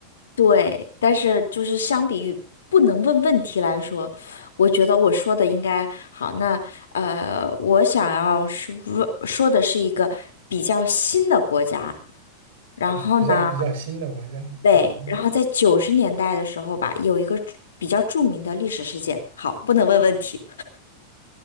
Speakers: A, on the left; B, on the right.
A: 对，但是就是相比于不能问问题来说，我觉得我说的应该好。那呃，我想要是问说的是一个比较新的国家，然后呢，
B: 啊，比较比较新的国家啊。
A: 对，然后在九十年代的时候吧，有一个著比较著名的历史事件。好，不能问问题。